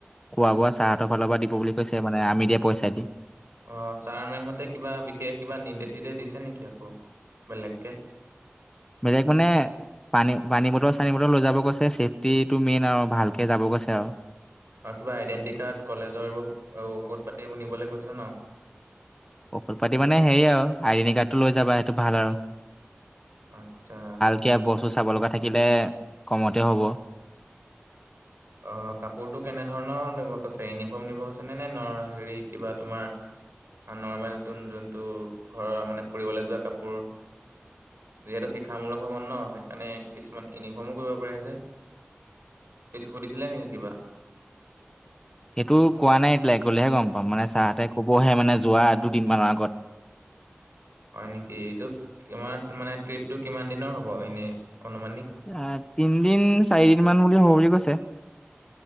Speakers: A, on the left; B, on the right.
A: খোৱা বোৱা চাৰহতৰ ফালৰ পৰা দিব বুলি কৈছে মানে আমি দিয়া পইচা যে
B: অ ছাৰ মেমহতে কিবা বিশেষ কিবা নিৰ্দেশ চিদেশ দিছে নেকি আকৌ বেলগকে
A: বেলেগ মানে পানী পানী বটল চানী বটল লৈ যাব গৈছে ছেফটি টো মেইন আৰু ভালকে যাব কৈছে আৰু
B: আৰু কিবা আইডেণ্টি কাৰ্ড কলেজৰ এইবোৰ ঔষধ পাতি এইবোৰ নিবলৈ কৈছে ন
A: ঔষধ পাতি মানে হেৰি আৱ আইডেণ্টি কাৰ্ড টো লৈ যাবা সেইটো ভাল আৰু
B: আচ্ছা
A: কিবা বস্তু চাব লগা থাকিলে কমতে হ'ব
B: অ কাপোৰটো কেনেধৰণৰ লব কৈছে ইউনিফৰ্ম নিব কৈছে নে নে হেৰি কিবা তোমাৰ নৰ্মেলতো যোনটো ঘৰৰ মানে ফুৰিবলে যোৱা কাপোৰ যিহেতু শিক্ষামূলক ভৱন ন সেইকাৰণে কিছুমান ইউনিফৰ্মো কৰিব পাৰি যে ইচ সুধিছিলে নেকি কিবা
A: সেইটো কোৱা নাই এতিয়ালৈকে গ'লেহে গম পাম মানে ছাৰহতে কবহে মানে যোৱা দুদিনমানৰ আগত
B: হয় নেকি এইটো কিমান তোমাৰ মানে ট্ৰিপটো কিমান দিনৰ হ'ব এনে অনুমান
A: আ তিনদিন চাৰিদিন মান বুলি হ'ব বুলি কৈছে